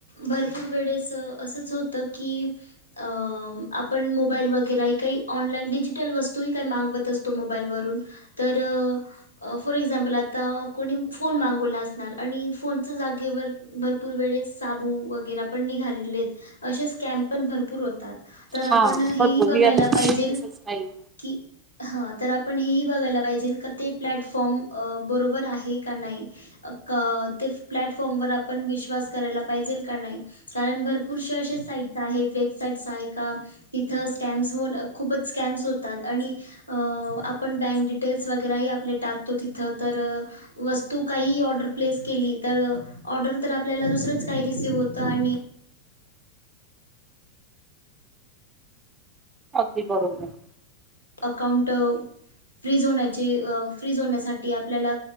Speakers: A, on the left; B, on the right.
A: भरपूर वेळेस असंच होतं की अ.. आपण मोबाईल वगैरेही काही ऑनलाईन डिजिटल वस्तू ह काही मागवत असतो मोबाईलवरून तर फॉर एक्झाम्पल आता कोणी फोन मागवला असणार आणि फोन जा केवल भरपूर वेळेस साबू वगैरे पण निघालेले आहेत. असे स्कॅम पण भरपूर होतात तर आपण
B: हा
A: हेही
B: भरपूर
A: बघायला
B: मी तसंच
A: पाहिजेल
B: नाही
A: की हा तर आपण हेही बघायला पाहिजे का ते प्लॅटफॉर्म अ- बरोबर आहे का नाही. अ.. क.. ते फ्लॅट फॉर्म वर आपण विश्वास करायला पाहिजेल का नाही कारण भरपूरसेे साईट्स आहेत वेबसाइट्स आहे का तिथं स्कॅम्स होन खूपच स्कॅम्स होतात आणि अ.. आपण बँक डिटेल्स वगैरेही आपले टाकतो तिथं तर वस्तू काही ऑर्डर प्लेस केली तर ऑर्डर तर आपल्याला दुसरंच काही रिसिव होतं आणि
B: अगदी बरोबर.
A: अकाउंट फ्रीज होण्याचे अ फ्रीज होण्यासाठी आपल्याला